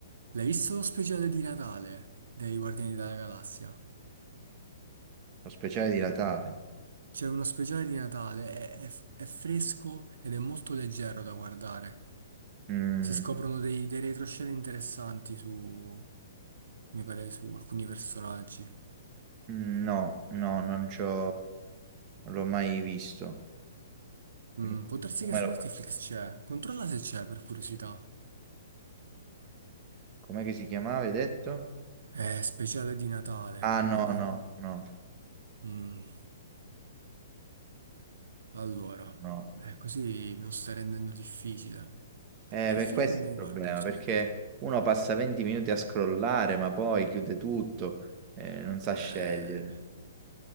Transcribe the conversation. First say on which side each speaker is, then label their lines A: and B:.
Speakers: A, on the right (about 80°); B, on the right (about 30°).
A: L'hai visto lo speciale di Natale dei Guardiani della Galassia?
B: Lo speciale di Natale?
A: C'è uno speciale di Natale, è, è- è fresco ed è molto leggero da guardare.
B: Mm,
A: Si scoprono dei, dei retroscena interessanti su, mi pare, su alcuni personaggi.
B: mm, no, no, non c'ho... Non l'ho mai visto.
A: Mm,
B: E
A: può darsi
B: Tu
A: che
B: me
A: su
B: lo
A: Netflix
B: consigli.
A: c'è, controlla se c'è per curiosità.
B: Com'è che si chiamava, hai detto?
A: Eh, speciale di Natale.
B: Ah,
A: non-
B: no,
A: non- non-
B: no, no,
A: mm. Allora,
B: no.
A: eh, così me lo sta rendendo difficile.
B: Eh,
A: Che
B: per
A: film
B: questo
A: mi guardo
B: è il problema,
A: di solito?
B: perché uno passa 20 minuti a scrollare, ma poi chiude tutto, eh, non sa
A: Eh,
B: scegliere.